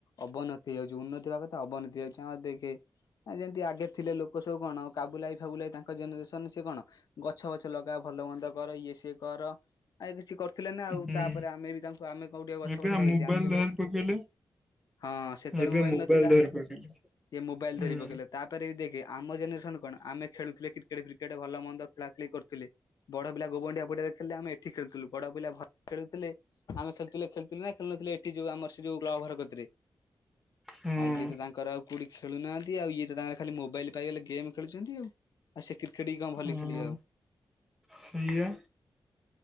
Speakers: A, on the left; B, in the centre.
A: ଅବନତି ହଉଛି ଉନ୍ନତି ହେବା କଥା ଅବନତି ହଉଛି ଆମର ଦେଖେ ଯେମିତି ଆଗେ ଥିଲେ ଲୋକ ତ କଣ କାବୁଲା ଭାଇ ଫାବୁଲା ଭାଇ ତାଙ୍କ ଜେନେରେସନ ସେ କଣ? ଗଛ ବଛ ଲଗା ଭଲ ମନ୍ଦ କର ଇଏ ସିଏ କର ଆ କିଛି କର ଥିଲେ ନା
B: ହୁଁ
A: ଆଉ ତାପରେ ଆମେ ବି ତାଙ୍କୁ ଆମେ କୋଉ ଟିକେ ଗଛ
B: ଏବେ
A: ପଛ
B: ଆ
A: ଲଗେଇଛୁ
B: ମୋବାଇଲ
A: ଆମେ କହିଲୁ
B: ଧରି ପକେଇଲେ
A: ହଁ ସେତେବେଳେ
B: ଏବେ
A: ମୋବାଇଲ ନଥିଲା
B: ଧରି ପକେଇଲେ।
A: ଇଏ ମୋବାଇଲ
B: ହୁଁ
A: ଧରି ପକେଇଲେ ତାପରେ ବି ଦେଖେ ଆମ ଜେନେରେସନ୍ କଣ ଆମେ ଖେଳୁଥିଲେ କ୍ରି କ୍ରିକେଟ ଫ୍ରୀକେଟ ଭଲ ମନ୍ଦ ଖେଳା ଖେଳି କରୁଥିଲେ। ବଡ ପିଲା ଗୋବଣ୍ଡିଆ ପଡ଼ିଆ ରେ ଖେଳିଲେ ଆମେ ଠିକ୍ ଖେଳୁଥିଲୁ ବଡ ପିଲା ଭଲ୍ ଖେଳୁଥିଲେ। ଆମେ ଖେଳୁଥିଲେ ଖେଳୁଥିଲେ ନା ଖେଳୁନଥିଲେ ଏଠି ଯୋଉ ଆମର ସେ ଯୋଉ କ୍ଲବ ଘର କତିରେ?
B: ହଁ
A: ଆଉ ଇଏ ତ ତାଙ୍କର ଆଉ କୋଉଠି ଖେଳୁନାହାନ୍ତି ଆଉ ଇଏ ତ ତାଙ୍କର ଖାଲି ମୋବାଇଲ ପାଇଗଲେ ଗେମ୍ ଖେଳୁଛନ୍ତି ଆଉ ଆ ସେ କ୍ରିକେଟ୍ କି କଣ? ଭଲି
B: ହଁ
A: ଖେଳିବେ ଆଉ
B: ସେଇଆ।